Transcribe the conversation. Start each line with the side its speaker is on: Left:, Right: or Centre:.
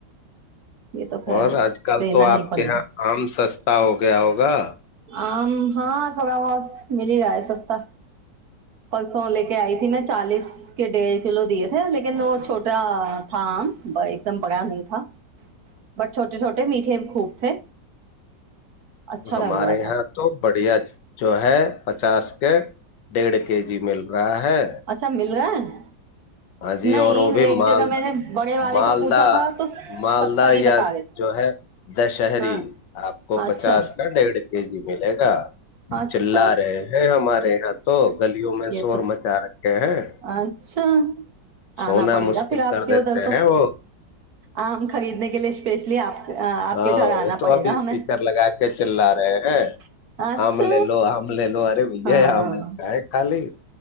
Right: ہ یہ تو خیر
Left: اور آج کل
Right: دینا
Left: تو
Right: ہی
Left: آپ
Right: پڑے
Left: کے یہاں
Right: گا
Left: آم سستا ہو گیا ہوگا
Right: آم ہاں تھوڑا بہت مل ہی رہا ہے سستا پرسوں لے کے آئی تھی میں چالیس کے ڈیڑھ کلو دیے تھے لیکن وہ چھوٹا تھا آم ایک دم پکا نہیں تھا بٹ چھوٹے چھوٹے میٹھے خوب تھے اچھا
Left: ہمارے
Right: لگا
Left: یہاں تو بڑھیا جو ہے پچاس کے ڈیڑھ کے جی مل رہا ہے
Right: اچھا مل رہا ہے
Left: ہاں جی
Right: نہیں
Left: اور وہ بھی
Right: ایک
Left: مالدہ
Right: جگہ میں نے بڑے والے
Left: مالدہ
Right: کو پوچھا تھا تو
Left: مالدہ
Right: ستر ہی بتا
Left: یا
Right: رہے تھے
Left: جو ہے دشہری
Right: ہاں
Left: آپ کو
Right: اچھا
Left: پچاس کا ڈیھ کے جی ملے گا
Right: اچھا
Left: چلا رہے ہیں ہمارے تو گلیوں میں
Right: یہ
Left: شور
Right: تو
Left: مچا رکھے ہیں
Right: اچھا
Left: سونا
Right: آنا پڑے
Left: مشکل
Right: گا پھر آپ
Left: کر
Right: کے
Left: دیتے
Right: ادھر تو
Left: ہیں وہ
Right: آم خریدنے کے لیے اسپیشلی آپ آپ
Left: ہاں
Right: کے گھر آنا
Left: وہ تو
Right: پڑے
Left: ابھی
Right: گا
Left: اسپیکر
Right: ہمیں
Left: لگا کے چل لا رہے ہیں
Right: اچھا
Left: آم لے لو آم لے لو ارے وجے
Right: ہاں
Left: آام گائے کل ج